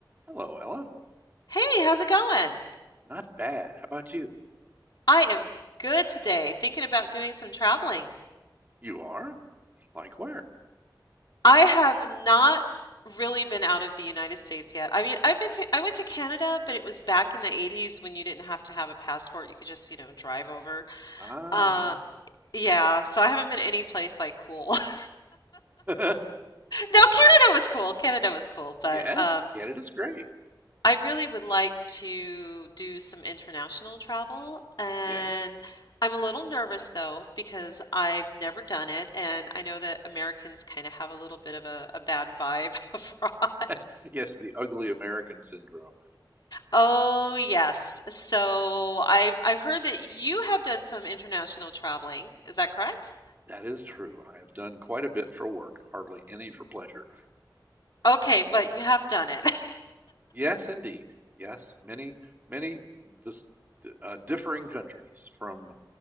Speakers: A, on the right; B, on the left.
A: Hello, Ella.
B: Hey, how's it going?
A: Not bad. How about you?
B: I am good today, thinking about doing some traveling.
A: You are? Like where?
B: I have not really been out of the United States yet. I mean, I've been to, I went to Canada, but it was back in the 80s when you didn't have to have a passport. You could just, you know, drive over.
A: Ah,
B: Uh, yeah, so I haven't been any place like cool. <laughs>
A: yeah. <laughs>
B: No, Canada was cool. Canada was cool,
A: Yes,
B: but um
A: Canada's great.
B: I really would like to do some international travel, and
A: Yeah.
B: I'm a little nervous though because I've never done it, and I know that Americans kind of have a little bit of a, a bad vibe <laughs> abroad.
A: <laughs> Yes, the ugly American syndrome.
B: Oh yes, so I've I've heard that you have done some international traveling. Is that correct?
A: That is true. I have done quite a bit for work, hardly any for pleasure.
B: Okay, but you have done it. <laughs>
A: Yes, indeed. Yes, many, many dis d- uh, differing countries from